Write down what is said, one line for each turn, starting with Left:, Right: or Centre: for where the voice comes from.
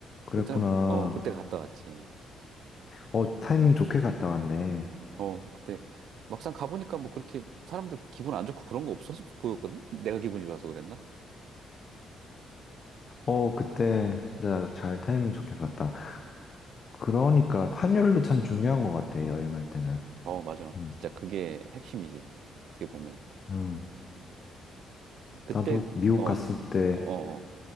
Left: 그랬구나.
Right: 그때 어 그때 갔다 왔지.
Left: 어, 타이밍 좋게 갔다 왔네.
Right: 어, 그때 막상 가보니까 뭐 그렇게 사람들 기분 안 좋고 그런 거 없었어 보였거든? <laughs> 내가 기분이 좋아서 그랬나?
Left: 어, 그때 진짜 잘 타이밍 좋게 갔다. 그러니까 환율도 참 중요한 것 같아, 여행할 때는.
Right: 어, 맞아.
Left: 음,
Right: 진짜 그게 핵심이지. 어떻게 보면.
Left: 음.
Right: 그때,
Left: 나도 미국
Right: 어, 어,
Left: 갔을 때,
Right: 어, 어.